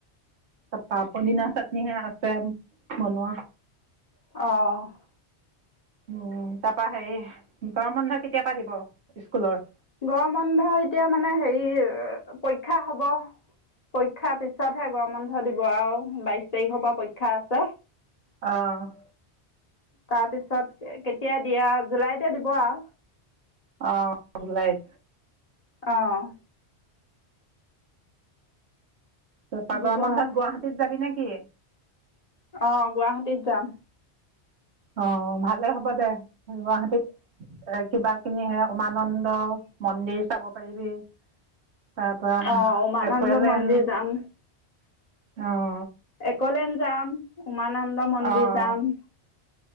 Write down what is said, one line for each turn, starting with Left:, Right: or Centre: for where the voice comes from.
Right: তাৰাপা পদিনা চাটনিহে আছে বনোৱা।
Left: অ'।
Right: উম, তাৰপা হেৰি গৰম বন্ধ কেতিয়াৰ পৰা স্কুলৰ?
Left: গৰম বন্ধ এতিয়া মানে হেৰি পৰীক্ষা হ'ব। পৰীক্ষাৰ পিছতহে গৰম বন্ধ দিব আৰু বাইশ তাৰিখৰ পৰা পৰীক্ষা আছে।
Right: অঁ।
Left: তাৰপিছত কেতিয়া দিয়া জুলাইতে দিব আও।
Right: অঁ, জুলাইত।
Left: অঁ।
Right: তাপা
Left: দিব
Right: গৰম বন্ধত
Left: আৰু
Right: গুৱাহাটীত যাবি নেকি?
Left: অঁ, গুৱাহাটীত যাম।
Right: অঁ ভালে হ'ব দে, গুৱাহাটীত এ কিবা কিনিহে উমানন্দ মন্দিৰ চাব পাৰিবি। তাৰ পৰা
Left: অ', উমানন্দ
Right: একুৱালেণ্ড
Left: মন্দিৰ যাম।
Right: আহ
Left: একলেণ্ড যাম, উমানন্দ মন্দিৰ
Right: অঁ
Left: যাম।